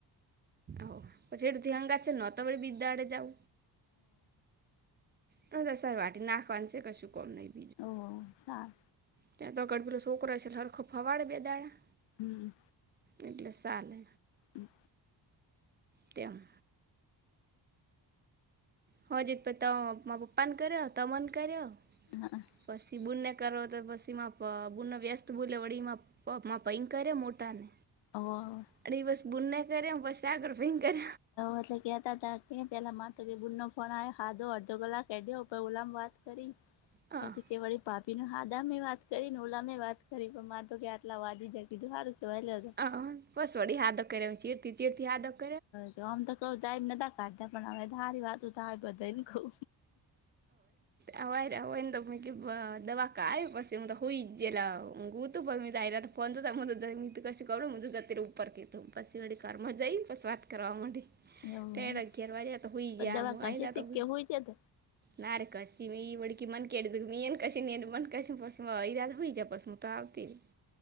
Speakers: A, on the right; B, on the left.
A: હો પછું થીંગા છે ન તમે વિદ્યા આડે જાઉ હ તો સરાર વા નાખવાનું છે કશું કોમ નહીિ
B: ઓ સાર
A: ત્યાં તો ગડ બેલો છોકરો છે હરખો ફવાડે બે દાણા
B: હમ
A: એટલે સાલે.
B: હમ.
A: તેમ. હ જી પ ત મા પપા ને કર્યો ત મને કર્યો
B: હ.
A: પછી બૂનને કરો તો પછી એમાં બૂનને વ્યસ્ત બૂલે વળી એમાં પપમાં ભૈં કર્યા મોટાને.
B: અ
A: અ બસ બુનેઈ કરમ બસ આગળ ફિંગ કર.
B: એટલે કેતા હતા પેલા મા તો કે બૂનો ફોણ ખાધો અડધો કલાક ક દ્યો ઓલામ વાત કરી
A: હા
B: પછી કે વળી પાાપી ન હાદામે વાત કરીને ઓલા મે વાત કરી પણ મારે તો કે આટલા વા જકીધું સારું કેવા.
A: હ બસ વળી હા દખ ચીરતી ચીડતી હા દખ
B: હ આમ તો કઉ ટાઈમ નતા કાઢતા પણ હવે તો હારી વાતું થાય બધાને કવ
A: હોવાને તો મ દવા ક આવે પછી તો હો <unintelligible> જેલા ઊંઘવુતું પણ મેં જાયલા તો ફોન જોતા મું તો જઈન ઊંઘતી પશી કરુ મું તો જતી રય ઉપર કે તો પછી વળી ઘરમાં જઈ પસ વાત કરવા માંડી
B: એવું
A: તે અગિયાર વાજે તો હુઈ જયા
B: દવા
A: હું
B: કશે
A: આઈ તાર
B: થી
A: તો
B: કે હોય છે તો
A: ના રે કશું ની વળકી મન કે દ મી એન કરશે એ મન કરશે પસ ઈરાન તો હુય ગયા પસ મ તો આવતી રે